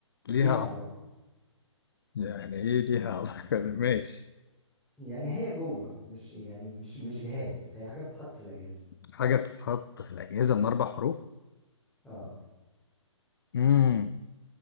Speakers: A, on the left (about 45°); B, in the centre.
A: ليها
B: ليها
A: علاقة-
B: علاقة
A: يعني ايه ليها علاقة <laughs> ده ماشي
B: يعني هي جوه مش يعني مش مش جهاز هي حاجة بتتحط في الاجهزة
A: حاجة بتتحط في الأجهزة من أربع حروف
B: اه
A: امم